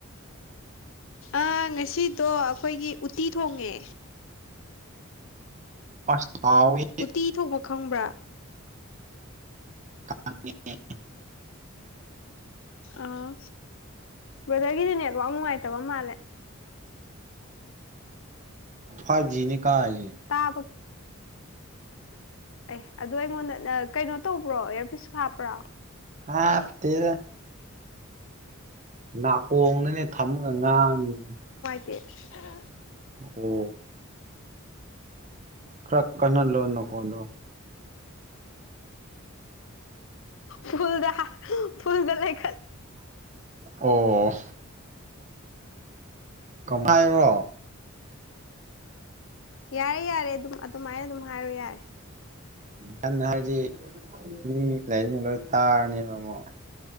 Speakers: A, on the left; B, on the right.
A: ꯑꯥ ꯉꯁꯤꯗꯣ ꯑꯩꯈꯣꯏꯒꯤ ꯎꯠꯇꯤ ꯊꯣꯡꯉꯦ
B: ꯑꯁ ꯍꯥꯎꯋꯦ
A: ꯎꯇꯤ ꯊꯣꯡꯕ ꯈꯪꯕ꯭ꯔꯥ
B: <unintelligible>
A: ꯑꯥ ꯕ꯭ꯔꯗꯔꯒꯤꯗꯤ ꯅꯦꯠꯋꯥꯛ ꯅꯨꯡꯉꯥꯏꯇꯕ ꯃꯥꯜꯂꯦ
B: ꯐꯥꯏꯚꯖꯤꯅꯦ ꯀꯥꯏꯖꯦ
A: ꯇꯥꯕ ꯑꯦ ꯑꯗꯣ ꯑꯩꯉꯣꯟꯗ ꯀꯩꯅꯣ ꯇꯧꯕ꯭ꯔꯣ ꯏꯌꯥꯔꯄꯤꯁ ꯍꯥꯞꯄ꯭ꯔꯥ
B: ꯍꯥꯞꯇꯦꯗ ꯅꯥꯀꯣꯡꯅꯅꯦ ꯊꯝ ꯑꯒ ꯉꯥꯡꯉꯤꯖꯦ
A: ꯇ <unintelligible>
B: ꯑꯣ ꯀ꯭ꯔꯛ ꯀꯍ ꯂꯣ ꯅꯈꯣꯟꯗꯣ
A: ꯐꯜꯗ ꯐꯨꯜꯗ ꯂꯩ
B: ꯑꯣ ꯀꯃꯥꯏꯔꯣ
A: ꯌꯥꯔꯦ ꯌꯥꯔꯦ ꯑꯗꯨꯝ ꯑꯗꯨꯃꯥꯏꯅ ꯑꯗꯨꯝ ꯍꯥꯏꯔꯣ ꯌꯥꯔꯦ
B: ꯌꯥꯝꯟꯅ ꯍꯥꯏꯗꯤ ꯃꯤ ꯂꯩꯔꯤꯖꯦ ꯂꯣꯏ ꯇꯥꯔꯅꯤꯕ ꯑꯃꯨꯛ